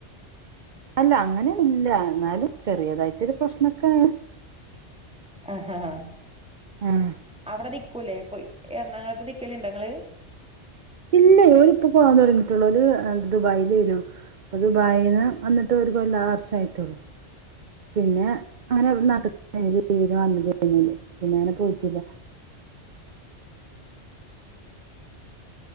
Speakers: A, on the right; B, in the centre.
A: അല്ല അങ്ങനെ ഇല്ല എന്നാലും ചെറിയതായിട്ടരു പ്രശ്നൊക്കെ
B: ആഹ് ആഹ്
A: ആഹ്
B: അവടെ നിക്കൂല്ലേ പോയ് എറണാകുളത്തപ നിക്കല്ണ്ടോങ്ങള്
A: ഇല്ല ഒര് ഇപ്പ പോവാൻ തുടങ്ങിട്ടുള്ള ഒരു ദുബായിലേനു അത് ദുബായിൽ നിന്ന് വന്നിട്ട് ഒരു കോല്ലം വർഷയിട്ടുള്ളു പിന്നെ അങ്ങനെ നട്ടി ലിവിന് വന്നിട്ട് കഴിഞ്ഞില്ല പിന്നെ അങ്ങനെ പോയിട്ടില്ല